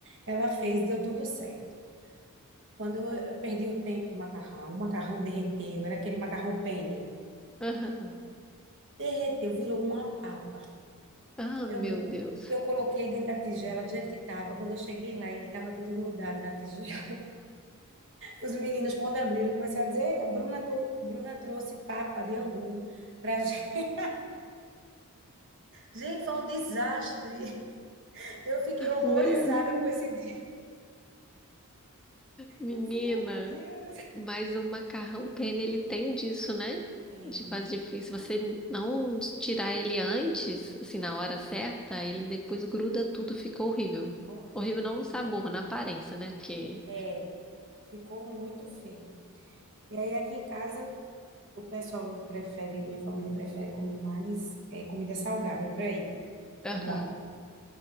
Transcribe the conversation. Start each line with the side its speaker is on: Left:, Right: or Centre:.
Right: ela fez, deu tudo certo. Quando eu eu perdi o tempo do macarrão, o macarrão derreteu, era aquele macarrão penne.
Centre: Aham.
Right: Derreteu, virou uma papa.
Centre: Ah,
Right: Eu,
Centre: meu
Right: bu-
Centre: Deus.
Right: eu coloquei dentro da tigela do jeito que estava. Quando eu cheguei lá, ele estava todo grudado na tigela. Os meninos, quando abriram, começaram a dizer: Eita, Bruna, to- Bruna trouxe papa de angu pra gente. <laughs> Gente, foi um desastre. Eu fiquei horrorizada
Centre: Meu Deus.
Right: com esse dia.
Centre: Menina.
Right: Eu disse, meu Deus.
Centre: Mas o macarrão penne, ele tem disso, né?
Right: Bem,
Centre: De fazer difícil. Se você não tirar ele antes, assim, na hora certa, ele depois gruda tudo, fica horrível.
Right: horrível.
Centre: Horrível não no sabor, na aparência, né? Porque.
Right: É, ficou muito feio. E aí, aqui em casa, o pessoal prefere, minha família prefere comer mais é, comida salgada, por aí,
Centre: Aham.
Right: como é.